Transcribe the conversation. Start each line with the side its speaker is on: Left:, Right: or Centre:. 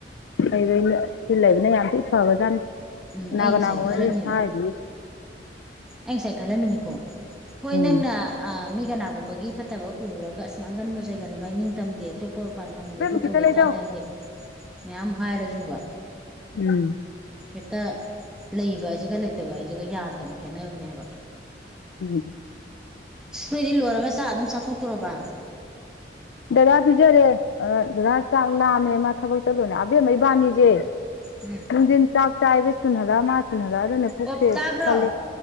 Left: ꯂꯩꯕꯩꯅꯤ ꯁꯤ ꯂꯩꯕꯅ ꯌꯥꯝ ꯊꯤ ꯐꯒꯔꯖꯥꯠꯅꯤ
Centre: ꯎꯝ
Left: ꯅꯒ
Centre: ꯑꯩ ꯉꯁꯥꯏ
Left: ꯅꯒ ꯋꯥꯔꯤ
Centre: ꯈꯜꯂꯝꯃꯦꯕ
Left: ꯍꯥꯏꯔꯤ
Centre: ꯑꯩ ꯉꯁꯥꯏ ꯈꯜꯂꯝꯃꯤꯅꯤꯀꯣ ꯍꯣꯏ
Left: ꯎꯝ
Centre: ꯅꯪꯅ ꯑꯥ ꯃꯤ ꯀꯅꯥꯒꯨꯝꯕꯒꯤ ꯐꯠꯇꯕ ꯎꯔꯨꯔꯒ ꯑꯁ ꯉꯥꯡꯒꯟꯕ ꯆꯩꯥꯒꯟꯕ ꯅꯤꯡꯇꯝꯗꯦ ꯊꯣꯛꯄ ꯃꯄꯥꯟ ꯐꯪꯗꯦ
Left: ꯏꯕꯦꯝꯃ
Centre: ꯑꯗꯨ ꯇꯧꯗꯦ
Left: ꯈꯤꯇ
Centre: ꯑꯗꯥ
Left: ꯂꯩꯔꯛꯎ
Centre: ꯇꯧꯗꯦ ꯃꯌꯥꯝ ꯍꯥꯏꯔꯁꯨꯕ
Left: ꯎꯝ
Centre: ꯍꯦꯛꯇ ꯂꯩꯕ ꯍꯥꯏꯁꯤꯒ ꯂꯩꯇꯕ ꯍꯥꯏꯁꯤꯒ ꯌꯥꯗꯕ ꯈꯦꯠꯅꯕꯅꯦꯕ
Left: ꯎꯝ
Centre: ꯅꫭꯏꯗꯤ ꯂꯣꯏꯔꯒ ꯆꯥꯛ ꯑꯗꯨꯝ ꯆꯥꯊꯣꯛꯇꯣꯔꯣꯕꯥ
Left: ꯗꯗꯥ ꯄꯤꯖꯔꯦ ꯑ ꯗꯗꯥ ꯆꯥꯛ ꯂꯥꯝꯃꯦ ꯃꯥ ꯊꯕꯛ ꯆꯠꯂꯨꯅꯦ ꯑꯕꯦꯝꯃ ꯏꯕꯥꯅꯤꯁꯦ
Centre: ꯎꯝ
Left: ꯃꯤꯟ ꯆꯥꯛ ꯆꯥ ꯁꯨꯅꯗ ꯃꯥꯁ ꯅꯒ ꯑꯗꯨꯅ ꯄꯨꯛꯁꯦ
Centre: ꯑꯣ ꯇꯥꯕ꯭ꯔꯣ
Left: ꯈꯜꯂꯤ